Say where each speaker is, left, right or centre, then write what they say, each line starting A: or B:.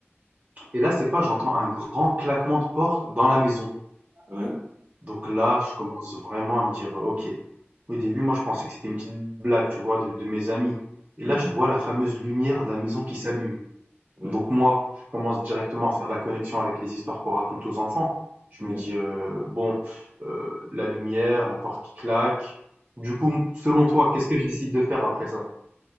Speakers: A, on the right; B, on the right.
A: Et là, c'est pas, j'entends un grand claquement de porte dans la maison.
B: ouais,
A: Donc là, je commence vraiment à me dire, euh, ok. Au début, moi, je pensais que c'était une petite blague, tu vois, de, de mes amis. Et
B: mhm,
A: là, je vois la fameuse lumière de la maison qui s'allume.
B: ouais.
A: Donc moi, je commence directement à faire la connexion avec les histoires qu'on raconte aux enfants. Je
B: ouais.
A: me dis, heu, bon, heu, la lumière, la porte qui claque. Du coup, selon toi, qu'est-ce que je décide de faire après ça?